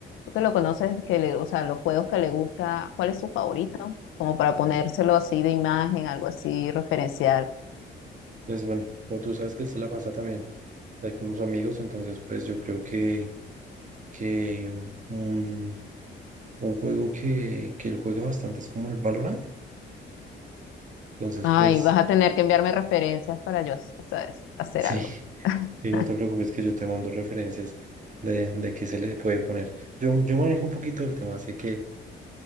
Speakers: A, on the left; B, on the right.
A: tú que lo conoces, que le, o sea, los juegos que le gusta, ¿cuál es su favorito? Como para ponérselo así de imagen, algo así referencial.
B: pues bueno, pero tú sabes que él se la pasa también ahí con unos amigos, entonces pues yo creo que, que un, un- un juego que, que él juega bastante es como el Valorant. Entonces
A: Ay,
B: pues
A: vas a tener que enviarme referencias para yo, ¿sabes? Hacer
B: sí,
A: algo. <laughs>
B: <laughs> sí, no te preocupes que yo te mando referencias de, de qué se le puede poner. Yo, yo manejo un poquito el tema, así que